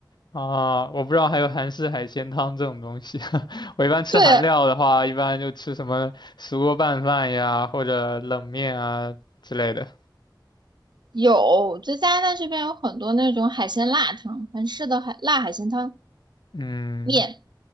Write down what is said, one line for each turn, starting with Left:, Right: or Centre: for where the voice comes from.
Left: 啊，我不知道还有韩式海鲜汤这种东西。<laughs> 我一般吃韩料的话，
Right: 对，
Left: 一般就吃什么石锅拌饭呀，或者冷面啊之类的。
Right: 有，在加拿大这边有很多那种海鲜辣汤，韩式的海辣海鲜汤
Left: 嗯
Right: 面，